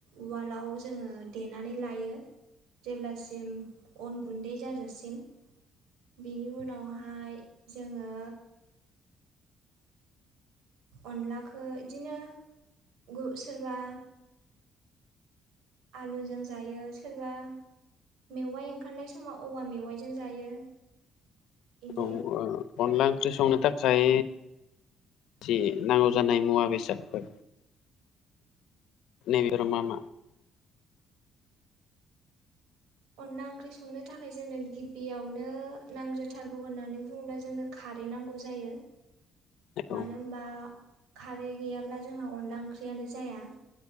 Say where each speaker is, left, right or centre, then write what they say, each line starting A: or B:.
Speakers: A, on the right (about 85°); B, on the left (about 80°).
A: उवालाव जोङो देनानै लायो। जेब्लासिम अन गुन्दै जाजासि म। बिनि उनावहाय जोङो अनलाखो इदिनो गु सोरबा आलुजों जायो सोरबा मेवाइ ओंखारनाय समाव औवा मेवाइजों जायो। बिदि
B: औ ओ अनला ओंख्रि संनो थाखाय जि नांगौ जानाय मुवा बेसादफोर नैबेफोर मा मा?
A: अनला ओंख्रि संनो थाखाय जोंनो गिबियावनो नांजथारगौ होननानै बुङोब्ला जोंनो खारै नांगौ जायो।
B: औ
A: मानो होनबा खारै गैयाब्ला जोंहा अनला ओंख्रियानो जाया।